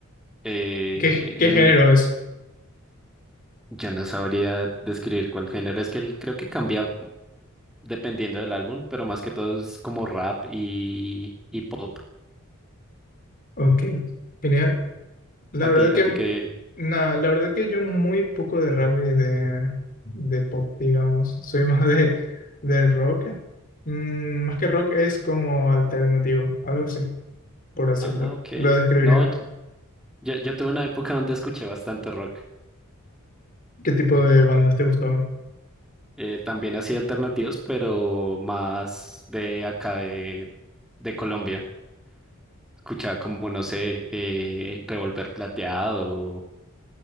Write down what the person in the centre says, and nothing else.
Eh,
él,
yo no sabría describir cuál género, es que él creo que cambia dependiendo del álbum, pero más que todo es como rap y, y pop.
A
ti,
a ti que...
Ah, ok.
No, yo, yo tuve una época donde escuché bastante rock.
Eh, también así alternativos, pero más de acá de, de Colombia. Escuchaba como, no sé, eh, Revolver Plateado,